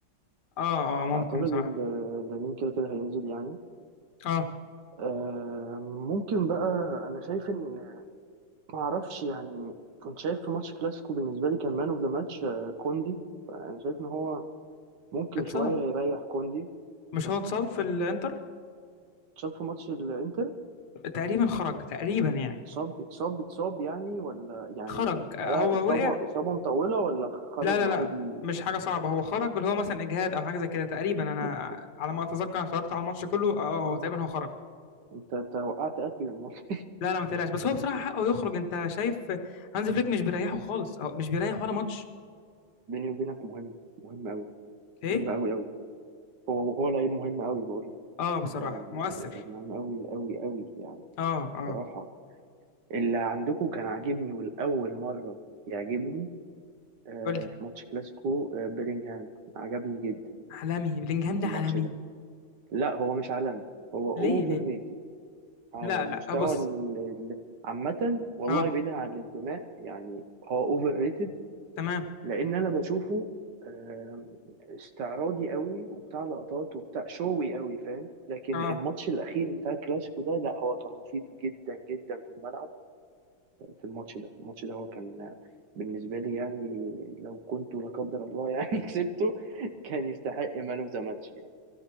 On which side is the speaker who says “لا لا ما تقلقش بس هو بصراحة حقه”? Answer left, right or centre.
Left